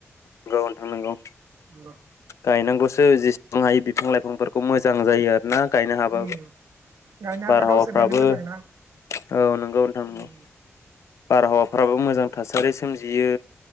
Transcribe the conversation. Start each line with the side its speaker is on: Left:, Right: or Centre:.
Left: नंगौ नोंथां नंगौ
Right: नंगौ
Left: गायनांगौसो जेसेबां हायो बिफां लाइफांफोरखौ मोजां जायो आरो ना गायनो हाबाबो
Right: उम गायनो हाबा
Left: बारहावाफ्राबो
Right: गावसोरनिनो मोजां
Left: औ
Right: ना
Left: नंगौ नोंथां नंगौ
Right: उम
Left: बारहावाफ्राबो मोजां थासारि सोमजियो